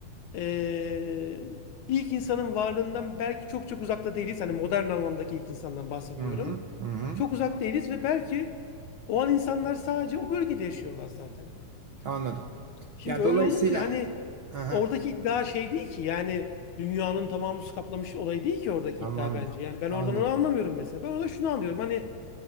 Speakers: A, on the left; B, on the right.
A: Ee, ilk insanın varlığından belki çok çok uzakta değiliz. Hani modern anlamdaki ilk insandan bahsediyorum.
B: Hı hı. Hı hı.
A: Çok uzak değiliz ve belki o an insanlar sadece o bölgede yaşıyorlar zaten.
B: Anladım.
A: Şimdi
B: Ya
A: öyle
B: dolayısıyla
A: olunca hani
B: aha,
A: oradaki iddia şey değil ki yani dünyanın tamamı su kaplamış olayı değil ki oradaki
B: tamamdır.
A: iddia bence. Yani ben
B: Anladım.
A: oradan onu anlamıyorum mesela. Ben orada şunu anlıyorum. Hani